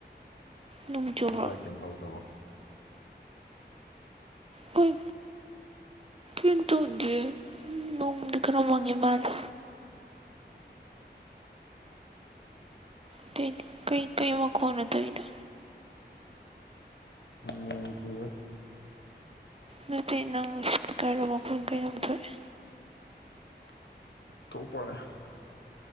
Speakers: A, on the right (about 35°); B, on the left (about 75°).
A: ꯅꯣꯡ ꯆꯨꯕ꯭ꯔꯣ
B: ꯗꯥꯥꯏ ꯀꯩꯝ ꯇꯧꯗꯕꯣ
A: ꯍꯣꯏ ꯀꯩꯝ ꯇꯧꯗꯤꯌꯦ ꯅꯣꯡꯗꯤ ꯈꯔ ꯃꯪꯉꯤ ꯃꯜꯂꯦ ꯑꯇꯩꯗꯤ ꯀꯩ ꯀꯩ ꯃꯈꯣꯟꯅꯣ ꯇꯧꯏꯗꯣ
B: ꯅꯣꯡ ꯆꯨꯕꯒꯤ
A: ꯅꯠꯇꯦ ꯅꯪ ꯏꯁꯄꯤꯀꯔꯗ ꯃꯈꯣꯟ ꯀꯩꯅꯣꯝ ꯊꯣꯛꯑꯦ
B: ꯊꯣꯛꯄꯔꯅꯦ